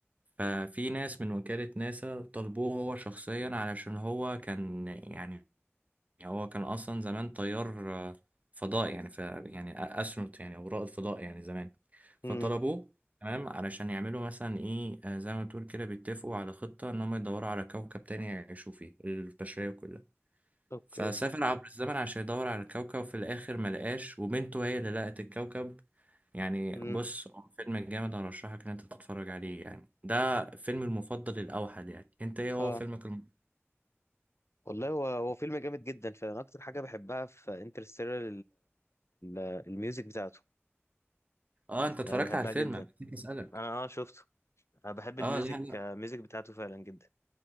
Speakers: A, on the right; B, on the left.
A: ففي ناس من وكالة ناسا طلبوه هو شخصيا علشان هو كان يعني يعني هو كان اصلا زمان طيار آه، فضاء يعني ف يعني أ- استرونوت يعني او رائد فضاء يعني زمان فطلبوه
B: امم
A: تمام علشان يعملوا مثلا ايه آه، زي ما تقول كده بيتفقوا على خطة ان هم يدوروا على كوكب تاني يعيشوا فيه البشرية كلها
B: اوكي
A: فسافر عبر الزمن عشان يدور على الكوكب وفي الاخر ملقاش وبنته هي اللي لقت الكوكب يعني
B: امم
A: بص هو فيلم جامد هرشحك ان انت تتفرج عليه يعني ده فيلم المفضل الاوحد يعني انت ايه هو
B: ها
A: فيلمك الم...
B: والله هو هو فيلم جامد جدا فانا اكتر حاجه بحبها في انترستيلر الميوزك بتاعته
A: اه انت اتفرجت
B: انا بحبها
A: على الفيلم
B: جدا
A: أنا نسيت اسالك
B: انا اه شفته انا بحب الميوزك
A: اه لا لا
B: آه، الميوزك بتاعته فعلا جدا